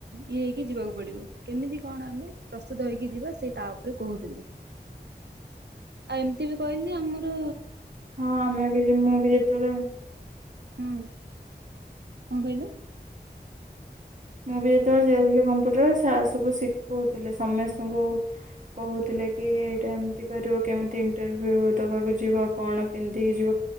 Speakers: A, on the right; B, on the right.
A: ଇଏ ହେଇକି ଯିବାକୁ ପଡିବ? କେମିତି କଣ ଆମେ ପ୍ରସ୍ତୁତ ହେଇକି ଯିବା ସେ ତା ଉପରେ କହୁଥିଲେ ଆଉ ଏମିତି ବି କହିଲି ଆମର
B: ହଁ ଆମେ ବି ମୁଁ ବି ଯେତେବେଳେ
A: ହଁ। କଁ କହିଲେ?
B: ମୁଁ ବି ଯେତବେଳେ ଯାଉଥିଲି କମ୍ପ୍ୟୁଟର ସାର୍ ସବୁ ଶିଖୋଉଥୁଲେ ସମେସ୍ତଙ୍କୁ କୋହୁଥୁଲେ କି ଏଇଟା ଏମିତି କରିବ କେମିତି ଇଣ୍ଟରଭ୍ୟୁ ଦବାକୁ ଯିବ କଣ ପିନ୍ଧିକି ଯିବ